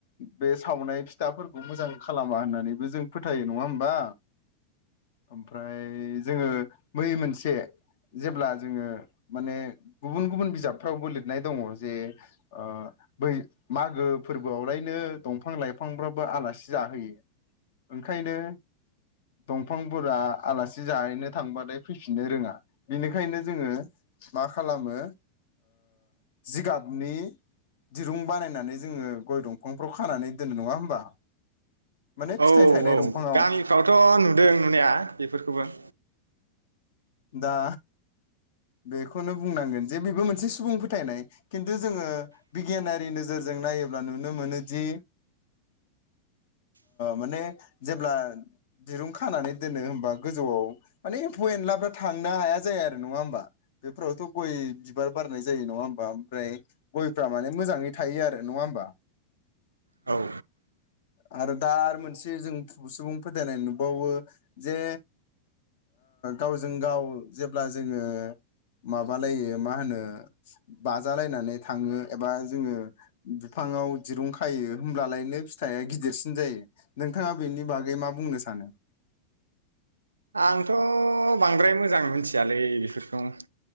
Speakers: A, on the left (about 55°); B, on the right (about 80°).
A: बे सावनाय फिथाफोरखौ मोजां खालामा होननानैबो जों फोथायो नङा होमबा ओमफ्राय जोङो मै मोनसे जेब्ला जोङो माने गुबुन गुबुन बिजाबफ्रावबो लिरनाय दङ जे ओ बै मा गो फोरबोआवलायनो दफां लाइफांफ्राबो आलासि जाहोयो ओंखायनो दंफांफोरा आलासि जाहैनो थांबथाय फैफिननो रोङा बेनिखायनो जोङो मा खालामो जिगाबनि दिरुं बानायनानै जोङो गय दंफांफ्राव खानानै दोननो नङा होमबा। माने फिथाइ
B: औ
A: थायनाय
B: औ
A: दंफाङाव
B: गामिफ्रावथ' नुदों नुनाया बेफोरखौबो।
A: दा बेखौनो बुंनांगोन जे बेबो मोनसे सुबुं फोथायनाय खिन्थु जोङो बिगियानारि नोजोरजों नायोब्ला नुनो मोनोदि माने जेब्ला दिरुं खानानै दोनो होमबा गोजौआव माने एम्फौ एनलाफ्रा थांनो हाया जाया आरो नङा होमबा? बेफोरावथ' गय बिबार बारनाय जायो नङा होमबा ओमफ्राय गयफ्रा माने मोजाङै थायो आरो नङा होमबा।
B: औ
A: आरो दा आरो मोनसे जों सुबुं फोथायनाय नुबावो जे गावजों गाव जेब्ला जोङो। माबालै मा होनो बाजालायनानै थाङो एबा जोङो बिफाङाव दिरुं खायो होमब्लालायनो फिथाइया गिदिरसिन जायो नोंथाङा बेनि बागै मा बुंनो सानो?
B: आंथ' बांद्राय मोजां मोनथियालै। थियालै बेफोरखौ